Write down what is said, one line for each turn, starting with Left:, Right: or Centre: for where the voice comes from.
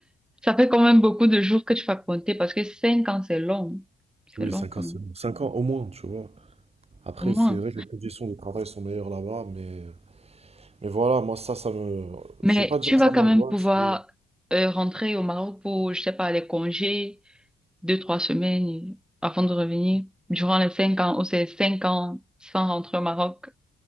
Centre: Ça fait quand même beaucoup de jours que tu vas compter parce que cinq ans, c'est long. C'est
Right: Oui,
Centre: long
Right: cinq
Centre: quand
Right: ans,
Centre: même,
Right: c'est- cinq ans au moins, tu vois. Après,
Centre: au moins.
Right: c'est vrai que les conditions de travail sont meilleures là-bas, mais, mais voilà, moi, ça, ça me.
Centre: Mais
Right: Je vais pas dire
Centre: tu
Right: que
Centre: vas
Right: ça
Centre: quand
Right: m'angoisse.
Centre: même pouvoir
Right: oui.
Centre: euh, rentrer au Maroc pour, je sais pas, les congés, deux, trois semaines et- avant de revenir. Durant les cinq ans, ou c'est cinq ans sans rentrer au Maroc.